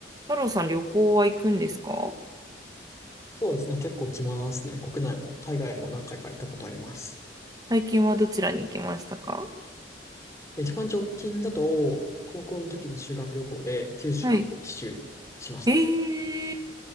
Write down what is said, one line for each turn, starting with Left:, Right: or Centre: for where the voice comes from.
Right: 太郎さん、旅行は行くんですか
Left: そうですね、結構来ますね。国内も海外も何回か行ったことあります。
Right: 最近はどちらに行きましたか
Left: え一番直近だと、高校の時の修学旅行で九州一周しました。
Right: はい。えー、